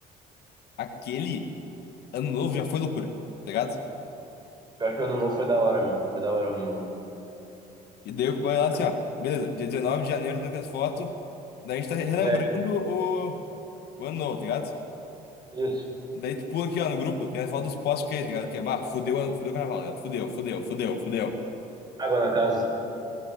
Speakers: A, on the left (about 75°); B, on the right (about 25°).
A: aquele. Ano novo já foi loucura, tá ligado?
B: Pior que o Ano Novo foi da hora, meu. Foi da hora o Ano Novo.
A: E daí eu vou lá assim,
B: Tipo,
A: ó, beleza, dia 19 de janeiro, daqui as fotos, daí a gente tá relembrando
B: é,
A: o, o ano novo, tá ligado?
B: Isso.
A: Daí tu pula aqui, ó, no grupo, tem as fotos dos postos que é, tá ligado? Que é, bah, fudeu, o ano- fudeu o carnaval, tá ligado? Fudeu, fudeu, fudeu, fudeu.
B: Água na casa. <laughs>